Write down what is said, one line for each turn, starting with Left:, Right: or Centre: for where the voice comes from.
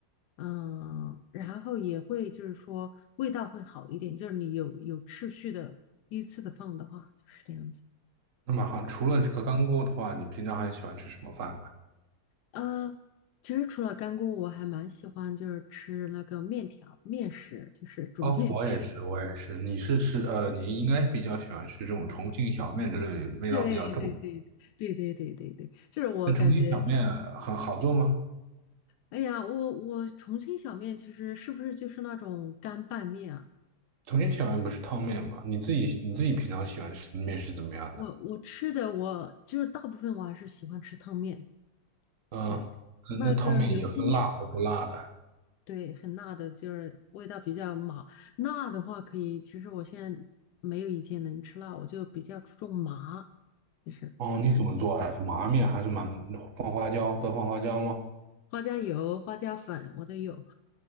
Left: 嗯，然后也会就是说味道会好一点，就是你有有秩序的依次的放的话，就是这样子。
Right: 那么好，除了这个干锅的话，你平常还喜欢吃什么饭呢？
Left: 呃，其实除了干锅，我还蛮喜欢就是吃那个面条、面食，就是煮面食。
Right: 哦，我也是，我也是。你是吃呃，你应该比较喜欢吃这种重庆小面之类味道比较重。
Left: 对对对对对对对对，就是我感觉，
Right: 那重庆小面很好做吗？
Left: 哎呀，我我重庆小面其实是不是就是那种干拌面啊？
Right: 重庆小面不是汤面吗？你自己你自己平常喜欢吃的面是怎么样的？
Left: 我我吃的我就是大部分我还是喜欢吃汤面，
Right: 嗯，
Left: 对，
Right: 呃
Left: 那个油泼面，
Right: 那那汤面也分辣和不辣的。
Left: 对，很辣的，就是味道比较麻。辣的话可以，其实我现在没有以前能吃辣，我就比较注重麻，就是
Right: 哦，你怎么做呀？是麻面还是蛮放花椒？多放花椒吗？
Left: 花椒油、花椒粉我都有，